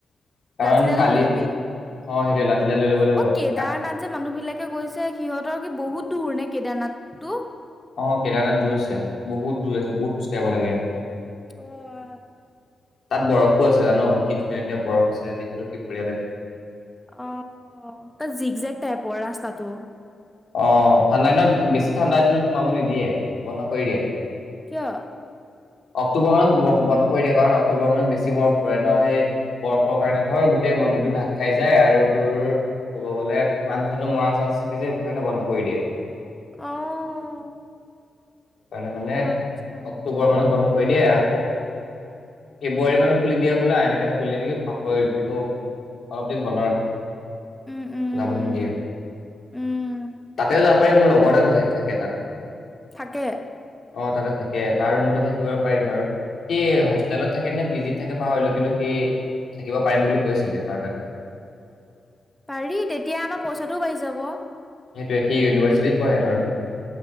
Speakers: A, on the left; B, in the centre.
A: কাৰণ
B: লাঠিডাল
A: কালি
B: লৈ ল'বি অ
A: সেইটোৱে লাঠিডাল লৈ ল'ব লাগিব
B: কেদাৰনাথ
A: কা-
B: যে মানুহ বিলাকে গৈছে সিহঁতৰ কি বহুত দূৰ নে কেদাৰনাথ। তো।
A: অ কেৰানাত দূৰ আছে। বহুত দূৰ আছে বহুত খোজ কঢ়িব লাগে।
B: অ আ
A: তাত বৰফো আছে জান কি ধুনীয়া ধুনীয়া বৰফ আছে দেখিবো কি বঢ়িয়া লাগে।
B: অ তাত জিক জেক টাইপৰ ৰাস্তাটো।
A: অ ঠাণ্ডা দিনত বেছি ঠাণ্ডা দিনত সোমাব নিদিয়ে বন্ধ কৰি দিয়ে।
B: কিয়
A: অক্টোবৰ বন্ধ কৰি দিয়ে কাৰণ অক্টোবৰ মানত বেছি বৰফ পৰে ন সেই বৰফৰ কাৰণে ধৰ গোটেই মন্দিৰটো ঢাক খাই যায় আৰু তোৰ কব গ'লে মানুহ চানুহ মৰা চান্স থাকে যে কাৰণে বন্ধ কৰি দিয়ে। স
B: অ',
A: কাৰণে মানে
B: আচ্ছা।
A: অক্টোবৰ মানত বন। ক দে অ ফেব্ৰুৱাৰী মানত খুলি দিয়া হ লে এনেকে খুলি দিয়ে নেকি পাহৰিলো কিন্তু অলপ দিন বন্ধ ৰাখে।
B: উম, উম,
A: ৰাবনক দিয়া <inaudible>
B: উম,
A: তাতে যা মোৰ লগৰ থাকে তাত।
B: থাকে
A: অ তাতে থাকে তাৰ ৰুমতে থাকিব পাৰি ধৰ সি হোষ্টেলত থাকে নে পিজিত থাকে পাহৰিলোঁ কিন্তু সি থাকিব পাৰিম বুলি কৈছিলে তাৰ তাত।
B: পাৰি তেতিয়া আমাৰ পইচাটোও বাচি যাব।
A: সেইটোৱে সি ইউনিভাৰ্চিটিত পঢ়ে ধৰ।